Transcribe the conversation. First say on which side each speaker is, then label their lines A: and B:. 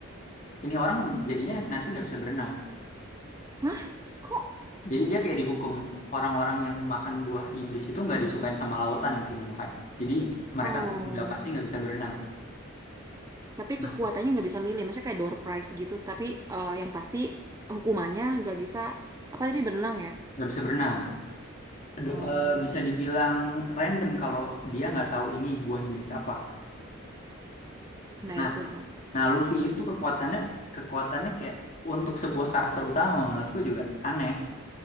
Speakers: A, on the left; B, on the right.
A: ini orang jadinya nanti nggak bisa berenang.
B: Hah? Kok?
A: Jadi dia kayak dihukum orang-orang yang makan buah iblis itu nggak disukain sama lautan intinya makanya. Jadi mereka
B: Oh,
A: tuh udah pasti nggak bisa berenang.
B: tapi
A: Nah,
B: kekuatannya nggak bisa milih. Maksudnya kayak door prize gitu. Tapi eh, yang pasti hukumannya nggak bisa apa tadi berenang ya?
A: nggak bisa berenang. Do-
B: Oh,
A: eh, bisa dibilang random kalau dia nggak tahu ini buah jenis apa.
B: nah
A: Nah,
B: itu tuh.
A: nah Luffy itu kekuatannya kekuatannya kayak untuk sebuah karakter utama menurutku juga aneh